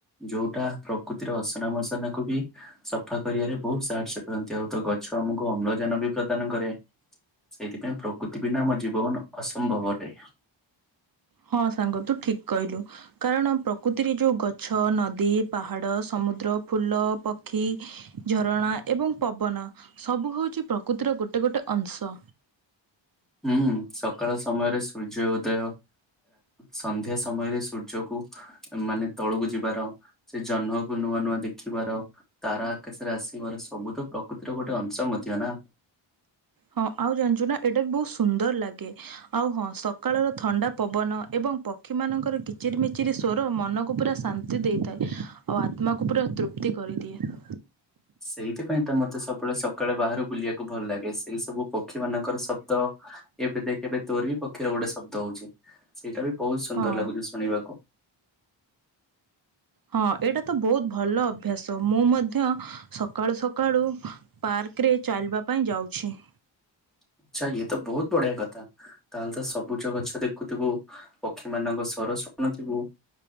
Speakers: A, in the centre; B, on the right.
A: ଯୋଉଟା ପ୍ରକୃତିର ଅସନା ମସନା ବି ସଫା କରିବାରେ ବହୁତ ସାହାଯ୍ୟ କରନ୍ତି ଆଉ ତ ଗଛ ଆମକୁ ଅମ୍ଳଜାନ ବି ପ୍ରଦାନ କରେ ସେଥିପାଇଁ ପ୍ରକୃତି ବିନା ଆମ ଜୀବନ ଅସମ୍ଭବ ଅଟେ।
B: ହଁ ସାଙ୍ଗ ତୁ ଠିକ କହିଲୁ କାରଣ ପ୍ରକୃତିରେ ଯୋଉ ଗଛ, ନଦୀ, ପାହାଡ଼, ସମୁଦ୍ର, ଫୁଲ, ପକ୍ଷୀ, ଝରଣା ଏବଂ ପବନ ସବୁ ହଉଛି ପ୍ରକୃତିର ଗୋଟେ ଗୋଟେ ଅଂଶ
A: ହୁଁ ସକାଳ ସମୟରେ ସୂର୍ଯ୍ୟ ଉଦୟ ସନ୍ଧ୍ୟା ସମୟରେ ସୂର୍ଯ୍ୟକୁ ମାନେ ତଳକୁ ଯିବାର ସେ ଜହ୍ନକୁ ନୂଆ ନୂଆ ଦେଖିବାର ତାରା ଆକାଶରେ ଆସିବାର ସବୁ ତ ପ୍ରକୃତି ଏଟ ଗୋଟେ ଅଛ ମୁଁ ଦ ନା।
B: ହଁ ଆଉ ଜାଣିଛୁ ନା ଏଇଟା ବି ବହୁତ ସୁନ୍ଦର ଲାଗେ ଆଉ ହଁ ସକାଳର ଥଣ୍ଡା ପବନ ଏବଂ ପକ୍ଷୀ ମାନଙ୍କର କିଚିରି ମିିଚିରି ସଵର ମନକୁ ପୁରା ଶାନ୍ତି ଦେଇଥାଏ ଆଉ ଆତ୍ମାକୁ ପୁରା ତୃପ୍ତି କରିଦିଏ।
A: ସେଇଥିପାଇଁ ତ ମତେ ସବୁବେଳେ ସକାଳେ ବାହାରୁ ବୁଲିବାକୁ ଭଲ ଲାଗେ ସେଇ ସବୁ ପକ୍ଷୀ ମାନଙ୍କର ଶବ୍ଦ ଏବେ ଦେଖବେ ତୋର ବି ପକ୍ଷୀରେ ଗୋଟେ ଶବ୍ଦ ହଉଛି ସେଇଟା ବି ବହୁତ ସୁନ୍ଦର
B: ହଁ
A: ଲାଗୁଛି ଶୁଣିବାକୁ।
B: ହଁ ଏଇଟା ତ ବହୁତ ଭଲ ଅଭ୍ୟାସ ମୁଁ ମଧ୍ୟ ସକାଳୁ ସକାଳୁ ପାର୍କରେ େ ଚାଲିବା ପାଇଁ ଯାଉଛି।
A: ହ <inaudible> ଆଛା ଇଏ ତ ବହୁତ ବଢିଆ କଥା ତାହେଲେ ତ ସବୁଜ ଗଛ ଦେଖୁଥିବୁ ପକ୍ଷୀ ମାନଙ୍କ ସହ ର ଶୁଣଥିବୁ